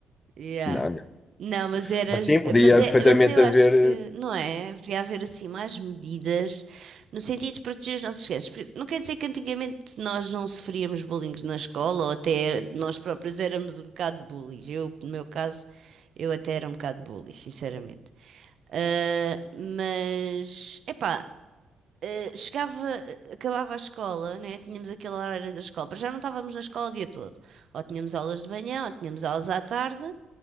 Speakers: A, on the right (about 60°); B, on the left (about 25°).
A: yeah.
B: Não, não.
A: Não, mas eras,
B: Mas sim, podia
A: mas é,
B: perfeitamente
A: mas eu acho
B: haver.
A: que não é, devia haver assim mais medidas no sentido de proteger os nossos gestos. Porque Não quer dizer que antigamente nós não sofríamos bullying na escola ou até nós próprios éramos um bocado bullies. Eu, no meu caso, eu até era um bocado bully, sinceramente. Ah, mas, epá, eh, chegava, eh, acabava a escola, né? Tínhamos aquele horário da escola, para já não estávamos na escola o dia todo. Ou tínhamos aulas de manhã, ou tínhamos aulas à tarde,